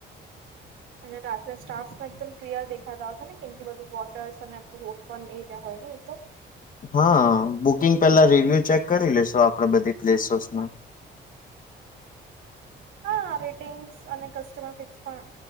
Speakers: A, on the right; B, on the left.
A: અને સ્ટાર એકમ ક્લિયર દેખાતા હ છે ને કેમ બધું વોટર્સ અને પૂરો ઓપન એરિયા હોય ને એ તો.
B: હા બુકિંગ પેલા રિવ્યુ ચેક કરી લેશો આપણે બધી પ્લેસોસમાં.
A: હા રેટિંગ્સ અને કસ્ટમર ફિક્સ પણ